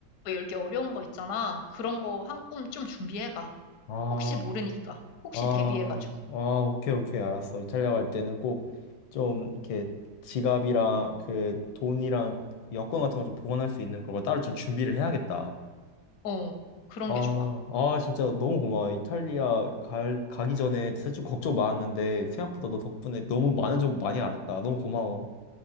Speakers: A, on the left; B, on the left.
A: 열기 어려운 거 있잖아. 그런 거 한 꼼 좀 준비해가.
B: 아,
A: 혹시 모르니까. 혹시
B: 아,
A: 대비해가지고.
B: 아, 오케이, 오케이, 알았어. 이탈리아 갈 때는 꼭 좀 이렇게 지갑이랑 그 돈이랑 여권 같은 거 좀 보관할 수 있는 그걸 따로 좀 준비를 해야겠다.
A: 어, 그런
B: 아,
A: 게 좋아.
B: 아, 진짜 너무 고마워. 이탈리아 갈, 가기 전에 사실 좀 걱정 많았는데 생각보다 너 덕분에 너무 많은 정보 많이 알았다. 너무 고마워.